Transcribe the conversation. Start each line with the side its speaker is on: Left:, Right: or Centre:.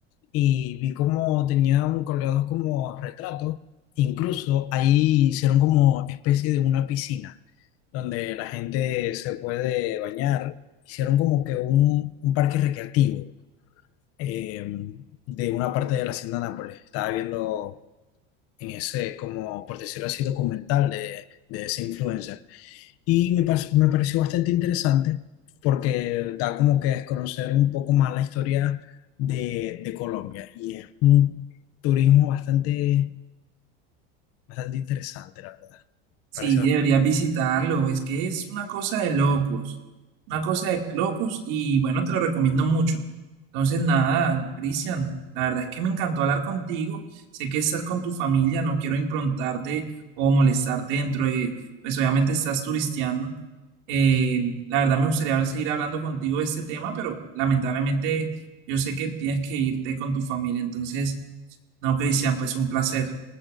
Left: y vi como tenían colgados como retratos, incluso ahí hicieron como especie de una piscina donde la gente se puede bañar, hicieron como que un, un parque recreativo eh, de una parte de la hacienda Nápoles. Estaba viendo en ese, como por decirlo así, documental de, de ese influencer. Y me, par- me pareció bastante interesante porque da como que desconocer un poco más la historia de, de Colombia y es un turismo bastante, bastante interesante, la verdad.
Right: Sí,
Left: Parece bastante-
Right: deberías visitarlo. Es que es una cosa de locos. Una cosa de locos y bueno, te lo recomiendo mucho. Entonces, nada, Cristian, la verdad es que me encantó hablar contigo. Sé que estás con tu familia, no quiero improntarte o molestarte dentro de, pues obviamente estás turisteando. Eh, la verdad me gustaría seguir hablando contigo de este tema, pero lamentablemente yo sé que tienes que irte con tu familia. Entonces, no, Cristian, pues un placer.